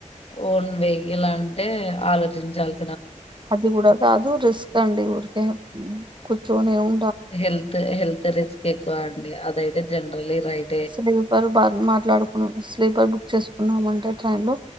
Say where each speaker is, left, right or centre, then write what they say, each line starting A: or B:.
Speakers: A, on the left (about 50°); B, on the right (about 35°).
A: ఓన్ వెహికల్ అంటే ఆలోచించాలి
B: అది కూడా కాదు రిస్క్ అండి ఊరికే కుచ్చోనే వు
A: హెల్త్ హెల్త్ రిస్క్ ఎక్కువ అండి అదయితే జనరలి రైట్
B: స్లీపర్ బ మాట్లాడుకున్ స్లీపర్ బుక్ చేసుకున్నామ అంటే ట్రైన్ లో